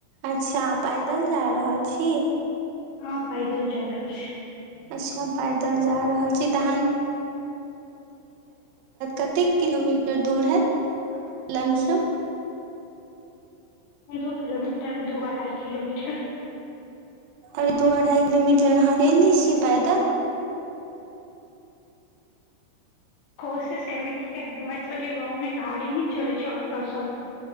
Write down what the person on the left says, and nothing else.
हँ पैदल जा रहल छै
दू किलोमीटर दू अढ़ाइ किलोमीटर
कोशिश करबी हमर सब गमे गाड़ी नहि चल छोटो सब